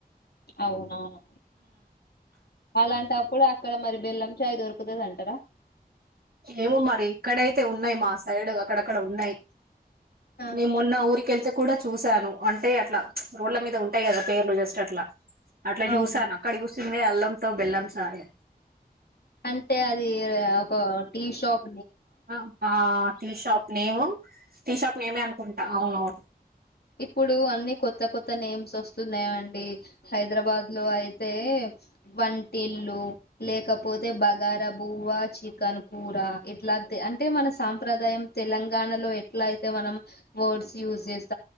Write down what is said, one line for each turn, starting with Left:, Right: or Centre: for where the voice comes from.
Left: అవునవును అలాంటప్పుడు ఇక్కడ మరి బెల్లం చాయ్ దొరుకుతుంది అంటారా.
Right: ఏమో మరి ఇక్కడైతే ఉన్నాయి. మా సైడ్ అక్కడక్కడ ఉన్నాయి.
Left: ఆహా
Right: నిం మొన్న ఊరికెల్తే కూడా చూశాను అంటే అట్లా రోడ్ల మీద ఉంటాయి కదా. పేర్లు జస్ట్ అట్లా అట్లా
Left: అవును
Right: జూసాను అక్కడి జుసి చింది అల్లంతో బెల్లం చాయ్
Left: అంటే అది ఒక టీషాప్
Right: అబ్బా tea shop name tea shop నేమే అనుకుంటా అవునవును.
Left: ఇప్పుడు అన్ని కొత్త కొత్త నేమ్స్ వస్తున్నాయా అండి. హైదరాబాద్ లో అయితే వంటిల్లు లేకపోతే బగార బువ్వా, చికన్ కూర ఇట్లా అంటే మన సాంప్రదాయం తెలంగాణలో ఎట్లా అయితే మనం వర్డ్స్ యూస్ చేస్త